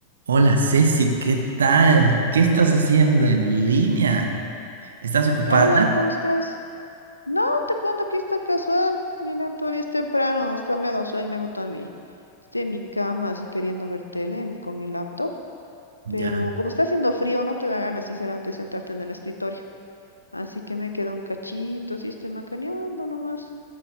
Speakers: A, on the right (about 65°); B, on the left (about 80°).
A: Hola Ceci, ¿qué tal? ¿Qué estás haciendo en línea? ¿Estás ocupada?
B: Hola, ¿cómo estás? No, te cuento que está casual. Mira, todavía es temprano, hasta me ha dado sueño, me he botado a mi, estoy en mi cama así queriendo ver tele con mi laptop,
A: Ya,
B: pero como está haciendo frío no te da ganas sinceramente sentarte en el escritorio, así que me queda un cachito, así estoy macaneando nomás.